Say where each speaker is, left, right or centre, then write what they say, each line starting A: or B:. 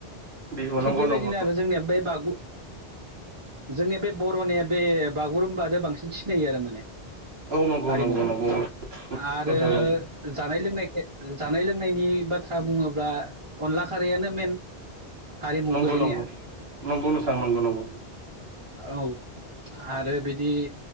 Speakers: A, on the right; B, on the right.
A: बिहु
B: थिग
A: नंगौ
B: बेबायदिनो
A: नंगौ
B: आरो जोंनिया बे बागु जोंनिया बे बर'निया बे बागुरुम्ब आरो बांसिन सिनायो आरो माने
A: औ नंगौ
B: हारिमुखौ
A: नंगौ नंगौ
B: आरो
A: नोंथां
B: जानाय लोंनायखो जानाय लोंनायनि बाथ्रा बुङोब्ला अनला खारैआनो मेन हारिमुआव
A: नंगौ
B: गोलैनाया
A: नंगौ नंगौ नोंथां नंगौ नंगौ
B: औ आरो बिदि